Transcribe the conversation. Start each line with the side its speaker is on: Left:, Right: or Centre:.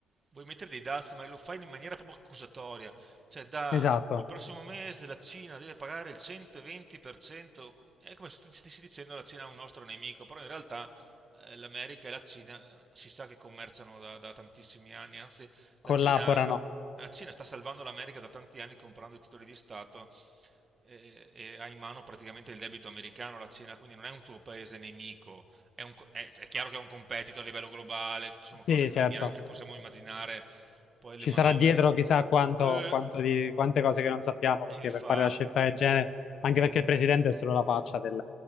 Right: vuoi mettere dei dazi, ma lo fai in maniera proprio accusatoria, cioè da
Left: Esatto,
Right: il prossimo mese la Cina deve pagare il 120%, è come se tu stessi dicendo la Cina è un nostro nemico, però in realtà eh, l'America e la Cina eh, si sa che commerciano da, da tantissimi anni, anzi la
Left: collaborano.
Right: Cina, ha- la Cina sta salvando l'America da tanti anni comprando i titoli di Stato e, e ha in mano praticamente il debito americano, la Cina, quindi non è un tuo paese nemico, è, un co- è- è chiaro che è un competitor a livello globale, sono
Left: Sì,
Right: cose che noi
Left: certo.
Right: neanche possiamo immaginare, poi le
Left: Ci
Right: manovre
Left: sarà dietro
Right: che...
Left: chissà quanto,
Right: Eh,
Left: quanto di, quante cose che non sappiamo, perché
Right: infatti,
Left: per fare la scelta del genere, anche perché il presidente è solo la faccia del-